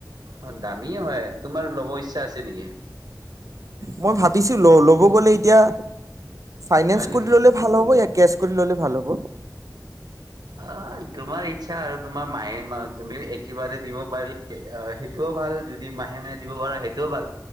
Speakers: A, on the right; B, on the right.
A: অ দামীয়ে হয় । তোমাৰ ল'ব ইচ্ছা আছে নেকি?
B: মই ভাবিছো ল ল'ব গ'লে এতিয়া, ফাইনেন্স
A: হয় নেকি?
B: কৰি ল'লে ভাল হব এক, কেচ কৰি ল'লে ভাল হ'ব?
A: অ তোমাৰ ইচ্ছা আৰু তোমাৰ মাহে মাহত তুমি একেবাৰে দিব পাৰিলে সেইটোও ভাল, যদি মাহে মাহে দিব পাৰা সেইটোও ভাল।